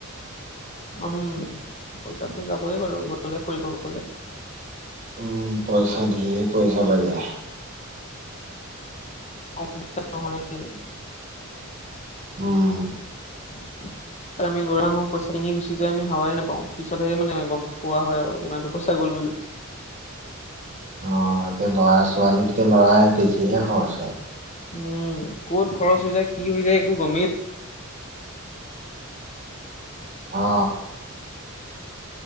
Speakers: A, on the left (about 35°); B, on the right (about 35°).
A: উম, পইচাটো যাবই বাৰু ফুৰিব গলে।
B: উম, পইচা ধেৰ পইচা লাগে।
A: কম পইচাত নহয়গে।
B: উম।
A: <inaudible> আমি ল'ৰা মানুহ পইচা কেনি গুচি যায় আমি হাৱাই নাপাওঁ পিছতহে মানে গম পোৱা হয় আৰু যিমানটো পইচা গ'ল বুলি।
B: অ এতিয়া ল'ৰা ছোৱালীতকে লৰাই বেছিহে খৰচ হয়।
A: উম, ক'ত খৰচ হৈ যায় কি হৈ যায় একো গমেই
B: অ।